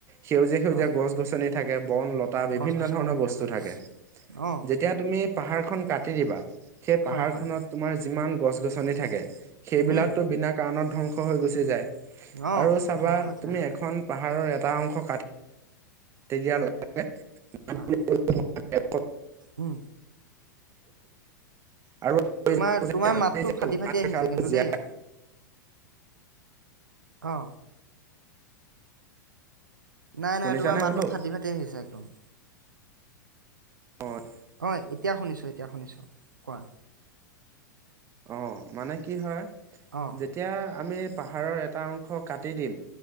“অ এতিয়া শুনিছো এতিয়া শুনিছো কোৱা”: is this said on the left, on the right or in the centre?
Right